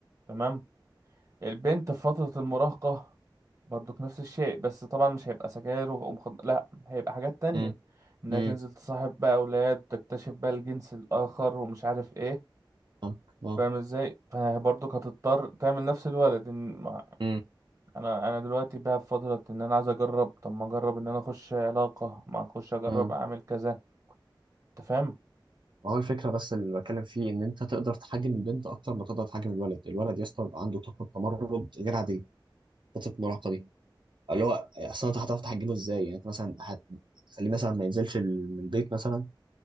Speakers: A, on the right; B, on the right.
A: تمام البنت في فترة المراهقة برضو نفس الشيء بس طبعا مش هيبقى سجاير ومخد... لا هيبقى حاجات تانية
B: مم.
A: انها
B: مم.
A: تنزل تصاحب بقى اولاد وتكتشف بقى الجنس الاخر ومش عارف ايه
B: فاهمك. اه
A: فاهم ازاي فبرضو هتضطر تعمل نفس الولد إن ما-
B: مم.
A: انا انا دلوقتي بقى في فترة ان انا عايز اجرب طب ما اجرب ان انا اخش علاقة ما اخش اجرب
B: مم.
A: اعمل كذا انت فاهم
B: هو الفكره بس اللي بتكلم فيه ان انت تقدر تحجم البنت اكتر ما تقدر تحجم الولد، الولد يا اسطى بيبقى عنده طاقه تمرد غير عاديه، فتره المراهقه دي، اللي هو اصل انت هتعرف تحجمه ازاي؟ يعني انت مثلا هت- هتخليه مثلا ما ينزلش ال- من البيت مثلا،